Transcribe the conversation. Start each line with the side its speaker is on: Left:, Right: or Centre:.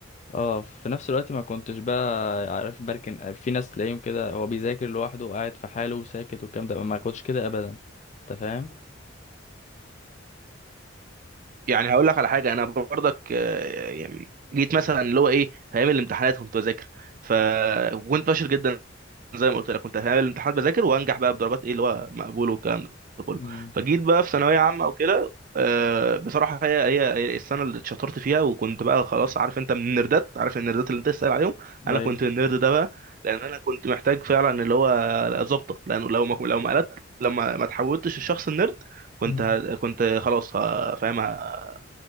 Left: اه في نفس الوقت ما كنتش بقى عارف بركن في ناس تلاقيهم كده هو بيذاكر لوحده قاعد في حاله وساكت والكلام ده ما كنتش كده ابدا انت فاهم
Right: يعني هقول لك على حاجه انا برضك آه، يعني جيت مثلا اللي هو ايه في ايام الامتحانات كنت بذاكر فكنت فاشل جدا زي ما قلت لك كنت في ايام الامتحانات بذاكر وانجح بقى بدرجات ايه اللي هو مقبول والكلام ده
Left: امم
Right: فجيت بقى في ثانويه عامه وكده آه، بصراحه هي هي هي السنه اللي اتشطرت فيها وكنت بقى خلاص عارف انت من النردات عارف النردات اللي انت تسال عليهم انا
Left: ايوه
Right: كنت النرد ده بقى لان انا كنت محتاج فعلا اللي هو ظبطه لانه لو ما لو ما قلت لما ما تحولتش الشخص النرد كنت
Left: مم.
Right: ه- كنت خلاص ه- فاهم ه-